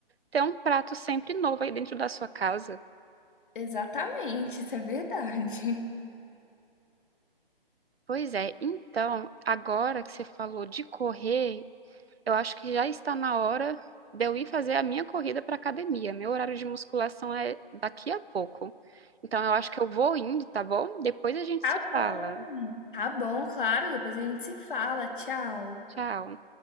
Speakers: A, on the right; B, on the left.
A: ter um prato sempre novo aí dentro da sua casa.
B: Exatamente, isso é verdade.
A: Pois é, então, agora que você falou de correr, eu acho que já está na hora de eu ir fazer a minha corrida para academia. Meu horário de musculação é daqui a pouco. Então, eu acho que eu vou indo, tá bom? Depois a gente
B: Tá
A: se
B: bom.
A: fala.
B: Tá bom, claro. Depois a gente se fala. Tchau.
A: Tchau.